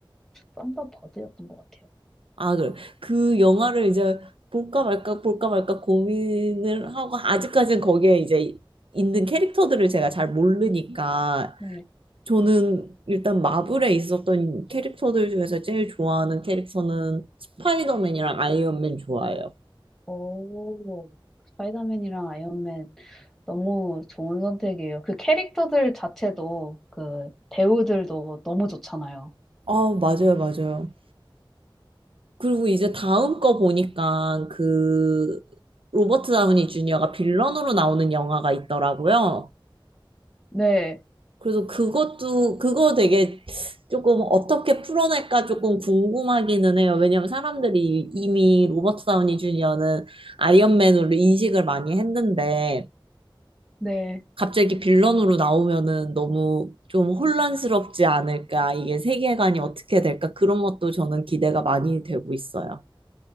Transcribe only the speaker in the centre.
썬더버드였던 것 같아요.
네.
오, 스파이더맨이랑 아이언맨 너무 좋은 선택이에요. 그 캐릭터들 자체도 그 배우들도 너무 좋잖아요.
네,
네.